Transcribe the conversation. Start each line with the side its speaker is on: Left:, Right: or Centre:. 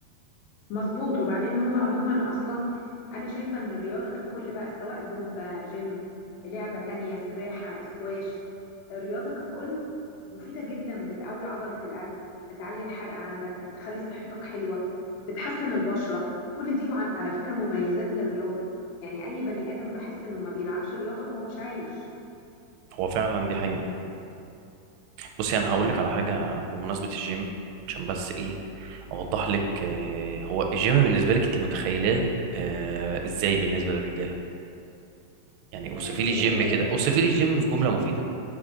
Left: مظبوط وبعدين هو عموما اصلا انا شايفه ان الرياضه ككل بقى سواء زومبا جيم لعبه تانية سباحه اسكواش الرياضه ككل مفيده جدا بتقوي عضله القلب بتعلي الحرق عندك بتخلي صحتك حلوه بتحسن البشره كل دي مع... على فكره مميزات للرياضه يعني اي بني ادم بحس انه ما بيلعبش رياضه هو مش عايش
Right: هو فعلا دي حقيقه بصي انا هقول لك على حاجه بمناسبه الجيم عشان بس ايه اوضح لك آه، هو الجيم بالنسبه لك انت متخيلاه آه، ازاي بالنسبه للرجاله يعني اوصفي
Left: آه،
Right: لي
Left: الناس
Right: الجيم كده اوصفي لي الجيم في جمله مفيده